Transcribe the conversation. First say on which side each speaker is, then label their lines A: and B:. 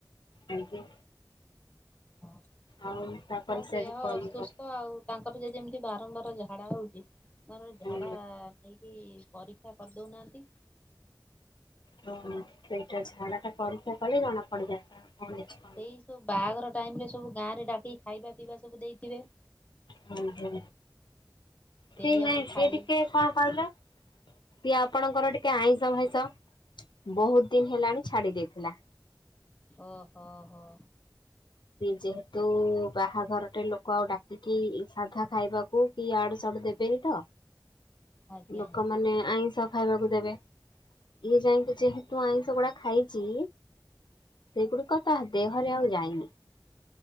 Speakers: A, on the left (about 80°); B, on the left (about 20°).
A: ଆଜ୍ଞା।
B: ହଉ
A: ଆଉ ତାପରେ
B: ଆଉ
A: ସେ
B: ଦେହ
A: ଆଜି କଲ୍
B: ଅସୁସ୍ଥ ଆଉ ତାଙ୍କର ଯଦି ଏମିତି ବାରମ୍ବାର ଝାଡା ହଉଚି ନ ହେଲେ ଝାଡା
A: ହୁଁ
B: ନେଇକି କି ପରୀକ୍ଷା କରିଦଉନାହାନ୍ତି?
A: ହଁ ସେଇଟା ଝାଡା ଟା ପରୀକ୍ଷା କଲେ ଜଣା ପଡିଯାଆନ୍ତା କଣ ହେଇଛି କଣ ନାହିଁ।
B: ଏଇ ସବୁ ବାହାଘର ଟାଇମ ରେ ସବୁ ଗାଁରେ ଡାକି ଖାଇବା ପିଇବା ସବୁ ଦେଇଥିବେ
A: ହଁ ହଁ
B: ସେଇଆକୁ
A: ସେ ନାଇଁ ସେ
B: ଖାଇ
A: ଟିକେ କଣ କହିଲ ସିଏ ଆପଣଙ୍କର ଟିକେ ଆଇଁଷ ଭାଇଁଷ ବହୁତ ଦିନ ହେଲାଣି ଛାଡି ଦେଇଥିଲା
B: ଓ ହୋ ହୋ।
A: ଯେହେତୁ ବାହାଘରଟେ ଲୋକ ଆଉ ଡାକିକି ସାଧା ଖାଇବାକୁ କି ଇଆଡୁ ସିଆଡୁ ଦେବେନି ତ
B: ଆଜ୍ଞା
A: ଲୋକମାନେ ଆଇଁଷ ଖାଇବାକୁ ଦେବେ ଇଏ ଯାଇକି ଯେହେତୁ ଆଇଁଷ ଗୁଡା ଖାଇଛି ସେଇଗୁଡିକ ତା ଦେହରେ ଆଉ ଯାଇନି